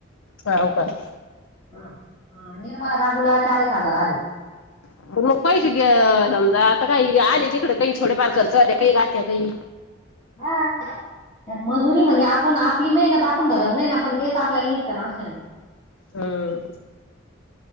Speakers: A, on the left; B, on the left.
A: व्हांव कायं
B: हां निर्मला काकूंला चार एक हजांर आले
A: पैसे मंग पैसे गे समजां आंता कांहीं आले की इकडें कांहीं थोडेफांर खर्च वांत कांहीं राहत्यां कांहीं
B: हां मजुरी म्हणजे आपणं आपली मेहनतं आपणं पणं धरतं नाहीं नां पणं तेचं आपल्यांला निघतं नां असं नां
A: हम्मं